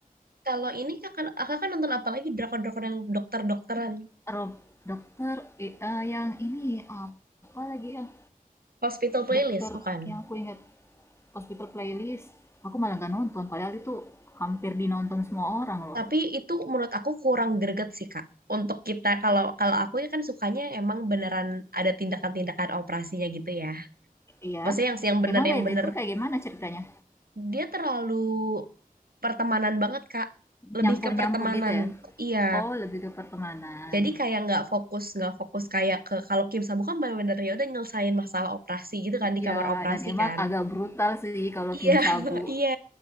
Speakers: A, on the right; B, on the left.
A: Kalau ini kakak, kakak kan nonton apa lagi drakor-drakor yang dokter-dokteran?
B: Rob dokter eh, eh, yang ini apa lagi yang
A: Hospital Playlist,
B: dokter
A: bukan?
B: yang aku ingat hospital playlist. Aku malah gak nonton padahal itu hampir dinonton semua orang loh.
A: Tapi itu menurut aku kurang greget sih, Kak. Untuk kita, kalau kalau aku ya kan sukanya emang beneran ada tindakan-tindakan operasinya gitu ya.
B: Iya.
A: Maksudnya yang yang bener,
B: Emang
A: yang
B: beda
A: bener.
B: tuh kayak gimana ceritanya?
A: Dia terlalu pertemanan banget, Kak. Lebih
B: Nyampur-nyampur
A: ke pertemanan.
B: gitu ya?
A: Iya.
B: Oh, lebih ke pertemanan.
A: Jadi kayak nggak fokus, nggak fokus kayak ke kalau Kim sa kan bener-bener ya udah nyelesain masalah operasi gitu kan
B: Iya,
A: di kamar operasi
B: dan emang
A: kan.
B: agak brutal sih kalau
A: Iya,
B: Kim
A: <laughs>
B: Sabu.
A: iya.